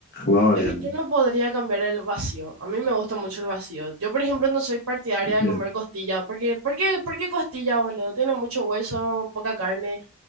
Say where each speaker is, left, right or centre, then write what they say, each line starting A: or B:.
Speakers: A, on the left; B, on the right.
A: va variando.
B: es que yo no podría cambiar el vacío, a mí me gusta mucho el vacío. Yo, por ejemplo, no soy partidaria
A: Ujú.
B: de comer costilla, porque, ¿por qué, por qué costilla, boludo? Tiene mucho hueso, poca carne